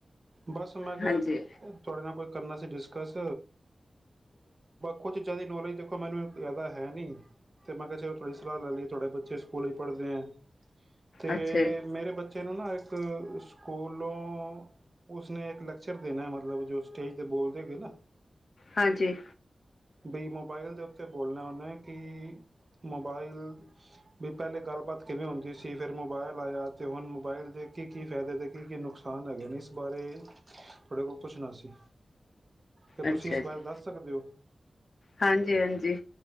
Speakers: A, on the right; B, on the left.
A: ਬਸ ਮੈਂ ਕਿਹਾ
B: ਹਾਂਜੀ,
A: ਉਹ ਤੁਹਾਡੇ ਨਾ ਕੋਈ ਕਰਨਾ ਸੀ ਡਿਸਕਸ ਕੁਝ ਚੀਜ਼ਾਂ ਦੀ ਨੌਲੇਜ ਦੇਖੋ ਮੈਨੂੰ ਜ਼ਿਆਦਾ ਹੈ ਨਹੀਂ ਤੇ ਮੈਂ ਕਿਹਾ ਚਲ ਤੁਹਾਡੀ ਸਲਾਹ ਲੈ ਲਈਏ ਤੁਹਾਡੇ ਬੱਚੇ ਸਕੂਲ ਵਿੱਚ ਪੜ੍ਹਦੇ ਹੈ। ਤੇ
B: ਅੱਛਾ,
A: ਮੇਰੇ ਬੱ ਤੈਨੂੰ ਨਾ ਇੱਕ ਸਕੂਲੋਂ ਉਸਨੇ ਇੱਕ ਲੈਕਚਰ ਦੇਣਾ ਮਤਲਬ ਜੋ ਸਟੇਜ ਤੇ ਬੋਲਦੇ ਹੈਗੇ ਨਾ।
B: ਹਾਂਜੀ
A: ਬਈ ਮੋਬਾਇਲ ਦੇ ਉੱਤੇ ਬੋਲਣਾ ਉਹੇਨੇ ਕਿ ਮੋਬਾਇਲ ਵੀ ਪਹਿਲੇ ਗੱਲਬਾਤ ਕਿਵੇਂ ਹੁੰਦੀ ਸੀ ਫੇਿਰ ਮੋਬਾਇਲ ਆਇਆ ਤੇ ਹੁਣ ਮੋਬਾਇਲ ਦੇ ਕੀ ਕੀ ਫਾਇਦੇ ' ਕੀ ਕੀ ਨੁਕਸਾਨ ਹੈਗੇ ਨੇ ਇਸ ਬਾਰੇ ਤੁਹਾਡੇ ਕੋਲ ਪੁੱਛਣਾ ਸੀ। ਤੇ ਤੁਸੀਂ
B: ਅੱਛਾ
A: ਇਸ
B: ਜੀ।
A: ਬਾਰੇ ਦੱਸ ਸਕਦੇ ਹੋ
B: ਹਾਂਜੀ ਹਾਂਜੀ